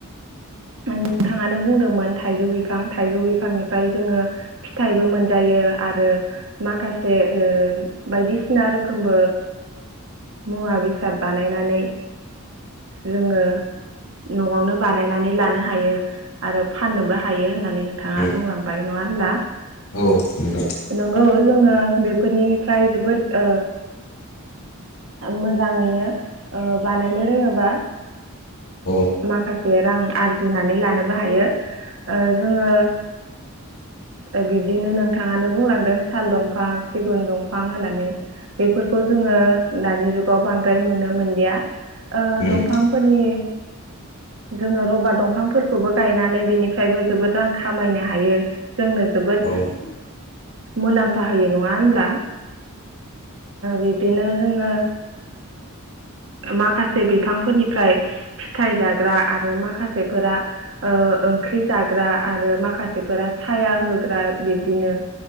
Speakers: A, on the right; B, on the left.
A: नोंथाङानो बुंदोंमोन थाइजौ बिफां थाइजौ बिफांनिफ्राय जोङो फिथाइबो मोनजायो आरो माखासे बायदिसिना बिसिना रोखोमबो मुवा बेसाद बानायनानै जोङो न'आवनो बानायनानै लानो हायो आरो फाननोबो हायो होननानै नोंथाङा
B: उम औ
A: बुंलांबाय नङा होनब्ला
B: औ उम औ नोंथां
A: नंगौ जोङो बेफोरनिफ्राय जोबोद मोजाङैनो बानायनो रोङोबा
B: औ
A: माखासे बे रां आरजिनानै लानोबो हायो जोङो बिब्दिनो नोंथाङानो बुंलांदों साल दंफां दफां सिगुन दंफां होनानै बेफोरखौ जोङो दानि जुगाव बांद्राय नुनो मोनलिया
B: औ उम औ
A: दंफांफोरनि
B: औ
A: जोङो रबार दंफांफोरखौबो गायनानै बिनिफ्रायबो जोबोद रां खामायनो हायो जोंनो जोबोद
B: औ
A: मुलाम्फा होयो नङा होनब्ला बिदिनो जोङो माखासे बिफांफोरनिफ्राय फिथाइ जाग्रा आरो माखासेफोरा ओंख्रि जाग्रा आरो माखासेफोरा साया होग्रा बिब्दिनो